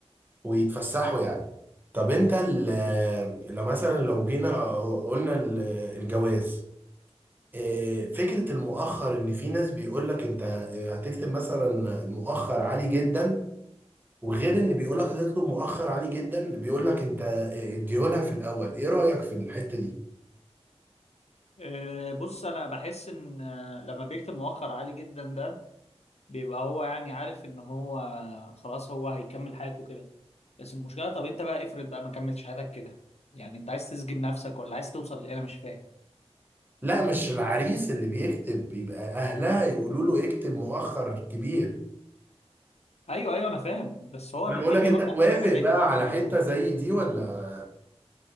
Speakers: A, on the right (about 15°); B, on the left (about 70°).
A: ويتفسحوا يعني طب انت ال... لو مثلا لو جينا قلنا ال- الجواز إيه، فكره المؤخر ان في ناس بيقول لك انت هتكتب مثلا مؤخر عالي جدا وغير ان بيقول لك هتطلب مؤخر عليه جدا بيقول لك انت اديهولها في الاول ايه رايك في الحته دي
B: آه، بص انا بحس ان آه، لما بيكتب مؤخر عالي جدا ده بيبقى هو يعني عارف ان هو خلاص هو هيكمل حياته كده بس المشكلة طب انت بقى افرض بقى ما كملتش حياتك كده يعني انت عايز تسجن نفسك ولا عايز توصل لايه انا مش فاهم
A: لا مش العريس اللي بيكتب يبقى اهلها يقولوا له اكتب مؤخر كبير
B: ايوه ايوه انا فاهم بس هو
A: انا
B: ليه
A: بقول لك
B: بيوافق
A: انت توافق
B: على حاجه زي
A: بقى
B: دي
A: على
B: بيقول
A: حته
B: ايه
A: زي دي ولا